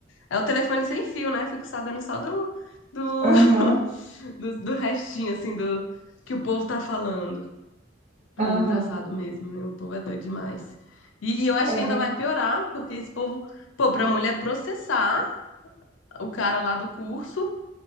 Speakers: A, on the left (about 75°); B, on the right (about 35°).
A: É o telefone sem fio, né? Fico sabendo só do, do,
B: Aham,
A: <laughs> do, do restinho, assim, do que o povo tá falando. Não,
B: aham.
A: é engraçado mesmo, né? O povo é doido demais. E, e eu acho
B: É
A: que
B: verdade.
A: ainda vai piorar, porque esse povo, pô, pra mulher processar o cara lá do curso.